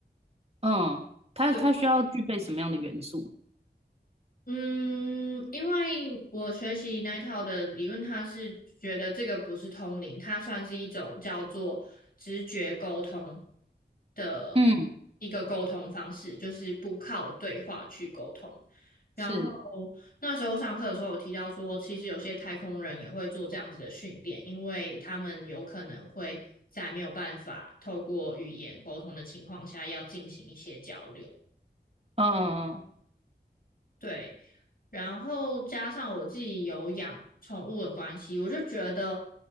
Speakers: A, on the right; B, on the left.
A: 嗯，它它需要具备什么样的元素？
B: 对。嗯，因为我学习那一套的理论，它是觉得这个不是通灵，它算是一种叫做直觉沟通的
A: 嗯，
B: 一个沟通方式，就是不靠对话去沟通。然后
A: 是，
B: 那时候上课的时候有提到说，其实有些太空人也会做这样子的训练，因为他们有可能会在没有办法透过语言沟通的情况下，要进行一些交流。
A: 嗯嗯嗯
B: 对，然后加上我自己有养宠物的关系，我就觉得